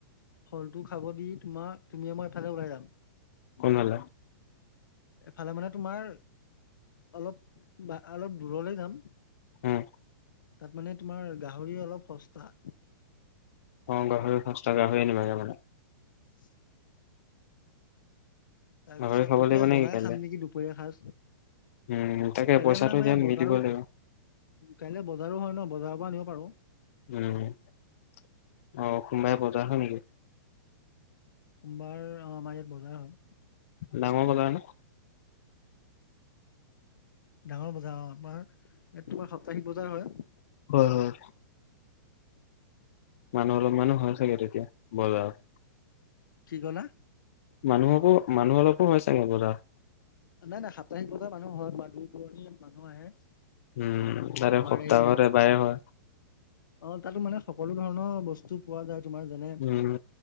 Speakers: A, on the left (about 85°); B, on the left (about 45°).
A: ফলটো খাব দি তোমাৰ তুমিয়ে মই এফালে ওলাই যাম
B: কোনফালে
A: এফালে মানে তোমাৰ অলপ বা অলপ দূৰলে যাম
B: উম
A: তাত মানে তোমাৰ গাহৰি অলপ সস্তা
B: অ গাহৰি সস্তা গাহৰি আনিবাগে মানে
A: <inaudible> তাৰপিছত
B: গাহৰি খাব
A: দুটাই
B: লাগিব নেকি
A: বনাই
B: কাইলে
A: খাম নেকি দুপৰীয়া সাজ
B: উম তাকে
A: কাইলে
B: পইচাটো
A: মানে আমাৰ
B: এতিয়া
A: ইয়াত
B: মিলিব
A: বজাৰো
B: লাগিব
A: কাইলে বজাৰো হয় ন বজাৰৰ পৰা আনিব পাৰো
B: উম অহ সোমবাৰে বজাৰ হয় নেকি
A: সোমবাৰ অ আমাৰ ইয়াত বজাৰ হয়
B: ডাঙৰ বজাৰ ন
A: ডাঙৰ বজাৰ অ তোমাৰ ইয়াত তোমাৰ সপ্তাহিক বজাৰ হয়
B: হয় হয় মানুহ অলপ মানুহ হয় চাগে তেতিয়া বজাৰত
A: কি কলা
B: মানুহকো মানুহ অলপো হয় চাগে বজাৰ
A: নাই নাই সাপ্তাহিক বজাৰ মানুহ হয় তোমাৰ দূৰ দূৰণিৰ মানুহ আহে
B: উম তাৰে
A: তোমাৰ
B: সপ্তাহত
A: এই
B: এবাৰে হয়
A: অ তাতো মানে সকলো ধৰণৰ বস্তু পোৱা যায় তোমাৰ যেনে
B: উম